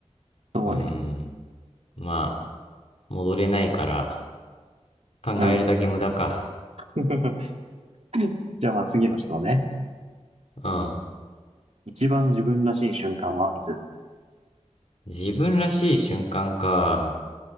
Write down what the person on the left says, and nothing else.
うん。まあ、戻れないから、考えるだけ無駄か。
うん。
自分らしい瞬間か。